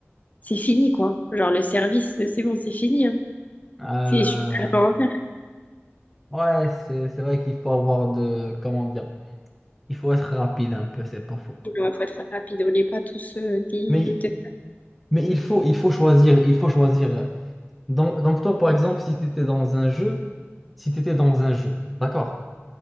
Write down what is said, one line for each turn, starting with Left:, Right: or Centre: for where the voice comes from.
Left: c'est fini, quoi. Genre, le service, c'est bon, c'est fini. hein.
Centre: Euh,
Left: C'est, je peux rien en faire.
Centre: ouais, c'est c'est vrai qu'il faut avoir de, comment dire, il faut être rapide un peu, c'est pas faux.
Left: Il faut être rapide. On n'est pas tous euh, des...
Centre: Mais
Left: de-
Centre: Mais il faut, il faut choisir, il faut choisir. Donc, donc toi, par exemple, si tu étais dans un jeu, si tu étais dans un jeu, d'accord,